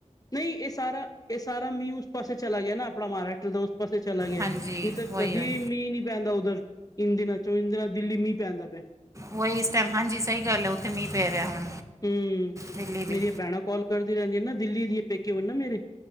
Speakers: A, on the left; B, on the right.
A: ਨਹੀਂ ਇਹ ਸਾਰਾ, ਇਹ ਸਾਰਾ ਮੀਂਹ ਉਸ ਪਾਸੇ ਚਲਾ ਗਿਆ ਨਾ ਆਪਣਾ ਮਹਾਰਾਸ਼ਟਰ ਦ ਪਾਸੇ ਚਲਾ ਗਿਆ,
B: ਹਾਂਜੀ
A: ਨਹੀਂ ਤਾਂ
B: ਵਹੀ
A: ਕਦੀ
B: ਹੋਏ
A: ਮੀਂਹ ਨੀ ਪੈਂਦਾ ਉੱਧਰ ਇੰਨ ਦਿਨਾਂ ਚੋਂ ਇੰਨ ਦਿਨਾਂ ਦਿੱਲੀ ਮੀਂਹ ਪੈਂਦਾ ਪਿਆ।
B: ਵਹੀ ਇਸ ਹਾਂਜੀ, ਸਹੀ ਗੱਲ ਏ ਉਥੇ ਮੀਂਹ ਪੈ ਰਿਹਾ ਹੁਣ
A: ਹਮ,
B: ਦਿੱਲੀ ਵੀ
A: ਮੇਰੀਆਂ ਭੈਣਾਂ ਕੋਲ ਕਰਦੀ ਰਹਿੰਦੀਆਂ ਨਾ ਦਿੱਲੀ ਦੀਆਂ ਪੇਕੇ ਨਾ ਮੇਰੇ